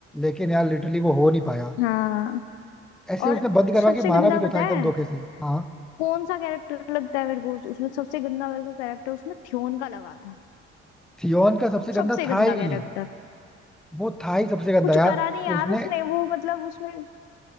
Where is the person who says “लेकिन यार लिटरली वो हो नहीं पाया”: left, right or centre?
Centre